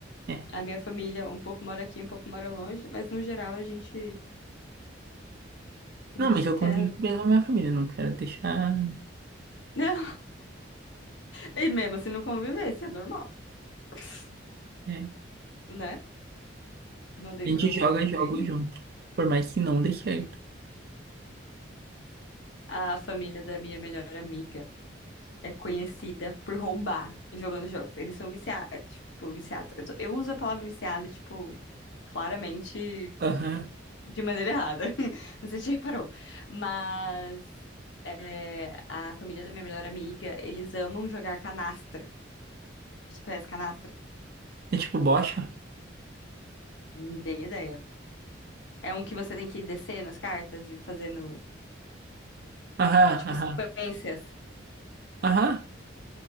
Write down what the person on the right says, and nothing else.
É.
Não,
mas eu
convivo bem
com a minha família. Não quero deixar.
É.
A gente
joga jogos
junto. Por mais que não dê certo.
Aham.
É tipo bocha?
Aham,
aham.
Aham.